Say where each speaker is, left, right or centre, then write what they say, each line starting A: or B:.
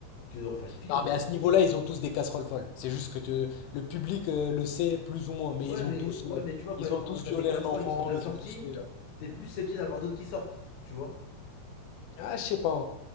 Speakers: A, on the left; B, on the left.
A: que de refaire une Fillon
B: Non,
A: en
B: mais
A: fait.
B: à ce niveau-là, ils ont tous des casseroles folles. C'est juste que te- le public euh, le sait plus ou moins, mais
A: Ouais
B: ils ont
A: mais
B: tous,
A: ouais
B: euh,
A: mais tu vois quand,
B: ils ont
A: quand
B: tous
A: t'as
B: violé
A: des casseroles
B: un enfant,
A: qui sont déjà
B: ils
A: sorties,
B: ont tous fait. euh,
A: t'es plus susceptible d'avoir d'autres qui sortent, tu vois.
B: Ah, je sais pas. hein.